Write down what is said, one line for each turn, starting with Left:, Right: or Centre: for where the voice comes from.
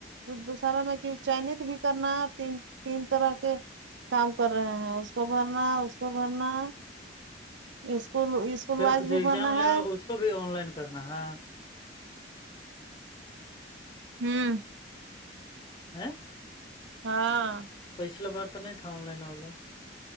Right: دوسارا میں چائنیز بھی کرنا تین تین طرح کے کام کر رہے ہیں اس کو بھرنا اس کو بھرنا اسکول اسکول
Left: تو
Right: وائز
Left: جو
Right: بھی
Left: ایگزام
Right: بھرنا
Left: لگا
Right: ہے
Left: اس کو بھی آن لائن کرنا ہے
Right: ہوں
Left: ہ <unintelligible>
Right: ہاں
Left: پیسلا بار تو نہیں تھا آن لائن اوا